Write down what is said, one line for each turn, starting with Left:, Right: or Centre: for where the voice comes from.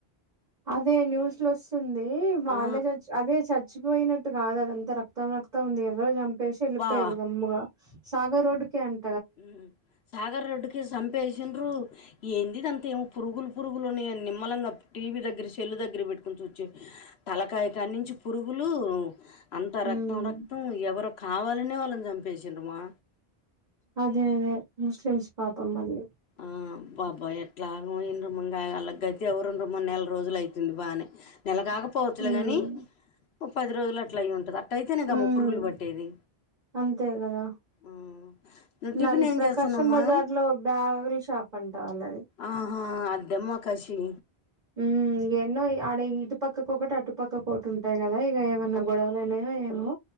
Right: అదే న్యూస్లో ఓస్తుందీ వాళ్ళదె
Left: ఆ
Right: చ అదే చచ్ చచ్చిపోయినట్టు గాదు అదంత రక్తం రక్తం ఉంది ఎవరో జంపేసి ఏళ్ళిపోయిర్రు
Left: బా
Right: గమ్ముగా సాగర్ రోడుకే అంన్
Left: ఉ సాగర్ రోడ్డుకే సంపేషిండ్రూ ఏంది ఇది అంతేమో పురుగులు పురుగులు ఉన్నాయి అని నిమ్మలంగా అతే టీవీ దగ్గర సెల్లు దగ్గర పెట్టుకోని చుచ్చే తలకాయ కానించి పురుగులూ అంత
Right: హ్మ్
Left: రక్తం రక్తం ఎవరో కావాలనే వాళ్ళన్ జంపేసిండ్రు మా
Right: అదే అదే ముస్లిమ్స్ పాపం వాళ్ళు
Left: ఆ పాపం ఎట్లానో ఎందమో ఇంగ అల్లా గాతి ఎవరున్డ్రామ్మా నెల రోజులు అయితుంది బానే నెలగాకపోవచ్చులే
Right: హ్మ్
Left: గాని ఓ పది రోజులు అట్లా అయి ఉంటది అ అట్ట అయితేనే
Right: హ్మ్
Left: గా అమ్మ పురుగులు పట్టేది
Right: అంతే గదా
Left: మ్ నువ్వు టిఫిన్
Right: నల్
Left: ఏం
Right: ప్రకాశం
Left: చేస్తున్నావమ్మా
Right: బజార్ లో బ్యావ్ రీ షాప్ అంట అల్లది
Left: ఆహా అద్దెమ్మ కాషి
Right: ఉమ్ ఎన్నో ఇగ ఆడ ఇటు పక్కకి ఒకటి అటుపక్కకి ఒకటి ఉంటాయి కదా ఇగ ఏమైనా గొడవలైనయో అయివో